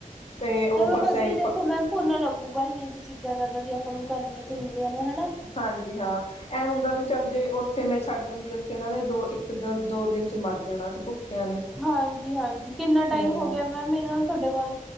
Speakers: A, on the left (about 50°); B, in the centre.
A: ਤੇ ਉਹ
B: ਚਲੋ
A: ਬਸ
B: ਵਧੀਆ,
A: ਐਂ
B: ਦੇਖੋ ਮੈਮ ਪਨਾ ਲੱ ਗੁਗਾਹੀਿਆਂ ਚੀਜ਼ਾਂ ਲ ਜ ਆਪਾਂ ਨੂੰ, ਕਰਨੀਆਂ ਚਾਹੀਦੀਆਂ ਨੇ, ਹਨਾ।
A: ਹਾਂਜੀ ਹਾਂ, ਇਹ ਹੁੰਦਾ ਵੀ ਚੱਲ ਜੇ ਉੱਥੇ ਮੈਂ ਛੱਡ ਦਿੰਦੀ, ਉੱਥੇ ਇਹਨਾਂ ਨੇ ਦੋ ਦੋ ਦਿਨ ਚ ਮਰ ਜਾਣਾ ਸੀ ਭੁੱਖਿਆਂ ਨੇ।
B: ਹਾਂਜੀ ਹਾਂਜੀ, ਕਿੰਨਾ ਟਾਈਮ
A: ਹੂੰ
B: ਹੋ ਗਿਆ ਮੈ ਇਹਨਾਂ ਤੁਹਾਡੇ ਕੋਲ?